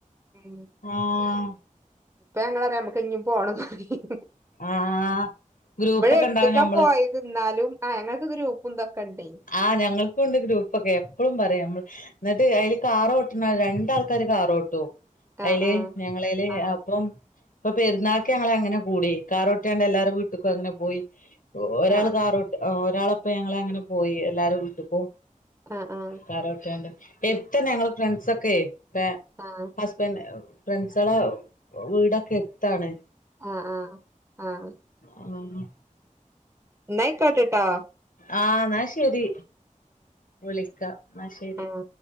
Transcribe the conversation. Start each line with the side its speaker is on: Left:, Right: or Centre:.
Right: ഉം
Left: ആഹ്
Right: ഇപ്പം ഞങ്ങളറയും ഞമ്മക്കിഞ്ഞും പോണന്ന് പറയും
Left: ആഹ് ഗ്രൂപ്പൊക്കെ
Right: ഇവടെട്ത്ത്ക്കാ
Left: ഉണ്ടാവും ഞമ്മള്
Right: പോയത് ന്നാലും ആഹ് ഞങ്ങക്ക് ഗ്രൂപ്പും തൊക്കെണ്ടേ
Left: ആഹ് ഞങ്ങൾക്കുണ്ട് ഗ്രൂപ്പൊക്കെ എപ്പളും പറയും ഞമ്മൾ എന്നിട്ട് അയ്ല് കാറോട്ട്ണെ രണ്ടാൾക്കാര് കാറോട്ടും
Right: ആ
Left: അയ്ല്
Right: ആ
Left: ഞങ്ങളേല്
Right: ആ
Left: അപ്പം ഇപ്പൊ പെര്ന്നാക്ക് ഞങ്ങളങ്ങനെ കൂടി കാറോട്ട്യാണ്ട് എല്ലാരെ വീട്ട്ക്കും അങ്ങനെ പോയി ഒരാൾ
Right: ആ
Left: കാറോ ഒരാളപ്പൊ ഞങ്ങളങ്ങനെ പോയി എല്ലാരെ വീട്ട്ക്കും
Right: ആ ആ
Left: കാറോട്ട്യാണ്ട് എര്ത്തെന്നെ ഞങ്ങള് ഫ്രണ്ട്സൊക്കെ താ
Right: ആഹ്
Left: ഹസ്ബന്റ് ഫ്രണ്ട്സളെ വീടൊക്കെ എര്ത്താണ്
Right: ആഹ് ആഹ് ആഹ്
Left: അതാണ്
Right: ന്നായ്കോട്ടെട്ടോ
Left: ആഹ് എന്നാ ശരി വിളിക്കാ ന്നാ ശരി
Right: ആ